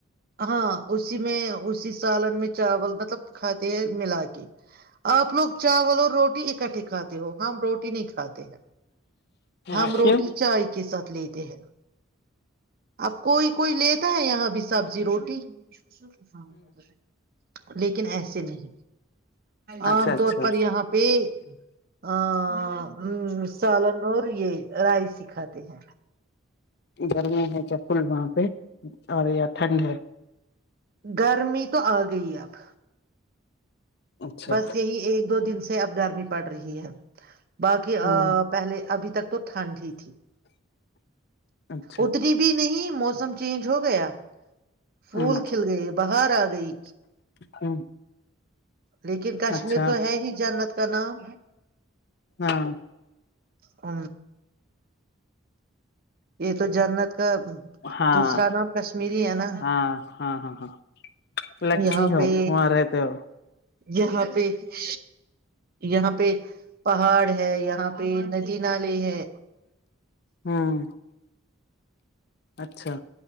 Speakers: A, on the right (about 45°); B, on the left (about 50°).
A: ہاں اسی میں اسی سالن میں چاول مطلب کھاتے ہیں ملا کے آپ لوگ چاول اور روٹی اکٹھے کاتے ہو ہم روٹی نہیں کھاتے ہیں ہم
B: اچھا
A: روٹی
B: ہوں
A: چائے کے ساتھ لیتے ہیں اب کوئی کوئی لیتا ہے یہاں بھی سبزی جی روٹی کچش لیکن ایسے نہیں عام
B: اچھا اچھا
A: طور پر یہاں پہ آ <unintelligible> ہ سال ن اورور یہ رائی سکھاتے ہیں
B: گرمی ہے کیا فل وہاں پہ اور یا ٹھنڈ ہے
A: گرمی تو آ گئی اب
B: اچھا
A: بس یہی ایک دو دن سے اب گرمی پڑ رہی ہے باقی
B: ہ
A: پہلے ابھی تک تو ٹھنڈ ہی تھی
B: اچھا
A: اتنی بھی نہیں موسم چینج ہو گیا پھول
B: ہ
A: کھل گئے باہر آ گئی
B: ہ
A: لیکن کشمیر
B: اچھا
A: تو ہے ہی جاننا کا نام
B: ہاں
A: ہ یہ تو جنت کا
B: ہاں
A: دوسرا نام کشمیری ہے نا
B: ہاں ہاں ہاں ہاں لکی
A: یہاں
B: ہو
A: پہ
B: وہاں رہتے ہو
A: یہاں پہ پہ یہاں پہ پہاڑ ہے یہاں پہ ندی نالے ہے
B: ہاں اچھا